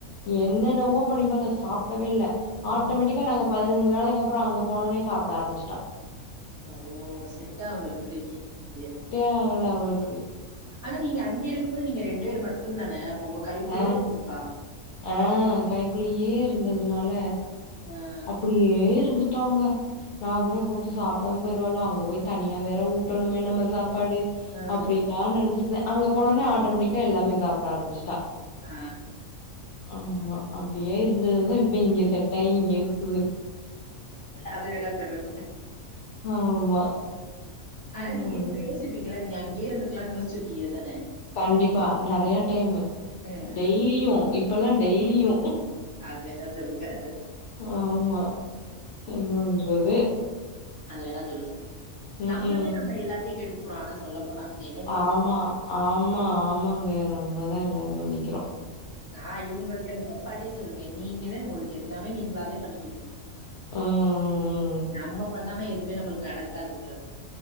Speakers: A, on the right; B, on the left.
A: ம்,
B: என்னென்னவோ பண்ணி பாத்தோ சாப்டவே இல்ல
A: ம்.
B: ஆட்டோமேட்டிக்கா நாங்க பதினஞ்சு நாளைக்கு அப்றோ அங்க போனோனே சாப்ட ஆரம்பிச்சுட்டா
A: ஓ செட் ஆகல பிள்ளைக்கு இங்க
B: செட்டே ஆகல அவ்ளுக்கு
A: ஆனா நீங்க அங்கே இருக்குபோது நீங்க ரெண்டு பேர் மட்டோ தான அப்போ உங்க கைக்குள்ளேயே
B: ஆ
A: இருந்திருப்பா
B: ஆ கைக்குலியே இருந்ததுனால
A: ஆஹ்
B: அப் டியே இருந்துட்டாங்க நா கூட போச்சு சாப்டாம போய்டுவாலோ அங்க போய் தனியா வேற ஊட்டணுமே நம்ம சாப்பாடு
A: ஆஹ்
B: அப்டிளா நெனச்சுட்டுருந்த அங்க போனோனே ஆட்டோமேட்டிக்கா எல்லாமே சாப்ட ஆரம்பிச்சுட்டா
A: ஆ
B: ஆமா அப்டியே இருந்ததுதா இப்ப இங்க செட் ஆகி இங்க இருக்குது
A: அது வேணா சொல்லுங்க
B: ஆமா
A: ஆனா
B: ம்
A: நீங்க இப்ப யோசிப்பீங்கள நீங்க அங்கயே இருந்திருக்கலானு யோசிச்சிருக்கீங்க தான
B: கண்டிப்பா நெறைய டைம்மு
A: ஆஹ்
B: டெய்லியு இப்பல்லா டெய்லியு
A: அது வேணா சொல்லுங்க
B: ஆமா என்னபன்றது
A: அது வேணா சொல்லுங்க
B: ம்க்ம்.
A: நம்மவே நம்ம எல்லாத்தையு எடுத்துக்குறோ ஆனா சொல்ல போனா என்னைய பொறுத்தவரை
B: ஆமா ஆமா ஆமாங்க நம்மதா எல்லா சொல்லிக்றோ
A: நா இவ்ங்கிட்ட அவுங்க அப்பாட்டே சொல்லுவே நீங்கதா உங்களுட எல்லாமே நீங்களாதா பண்ணிக்கிறீங்க
B: ம், ம்.
A: நம்ம பண்ணாம எதுவுமே நம்மளுக்கு நடக்காது க